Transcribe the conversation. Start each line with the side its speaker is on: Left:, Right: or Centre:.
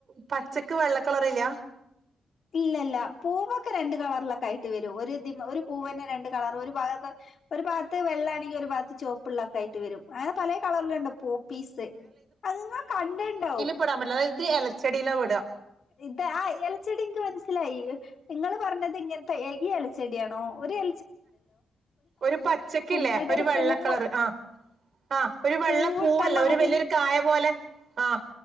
Right: പച്ചക്ക് വെള്ളക്കളറില്ല
Left: ഇല്ല ഇല്ല പൂവൊക്കെ രണ്ട് കളറിലൊക്കെ ആയിട്ട് വരും ഒരു പൂവിന്നെ രണ്ട് കളറ് ഒരു ഭാഗത്ത് ഒരു ബാത്ത് വെള്ള ആണെങ്കിൽ ഒരു ബാത്ത് ചോപ്പുള്ളൊക്കാ ആയിട്ട് വരും അങ്ങനെ പലേ കളറിലുണ്ട് പോപ്പ പീസ് അത് നിങ്ങൾ കൺണ്ടിണ്ടാവും
Right: വിടാ പറ്റില്ല അതായത് എലച്ചെടിയിലെ പെടാ
Left: ഇത് ആഹ് ഇലച്ചെടി ഇൻക്ക് മനസ്സിലായി നിങ്ങള് പറഞ്ഞത് ഇങ്ങനത്തെ ഇലച്ചെടിയാണോ ഒരു എ
Right: ഒരു പച്ചക്കില്ലേ
Left: ഇങ്ങട്ട്
Right: ഒരു വെള്ളക്കളറ്
Left: പൂവ്
Right: ആഹ് ആഹ് ഒരു വെള്ള
Left: പൂവിട്ട
Right: പൂവല്ല
Left: മാതിരി
Right: ഒരു വലിയൊരു കായ പോലെ ആഹ്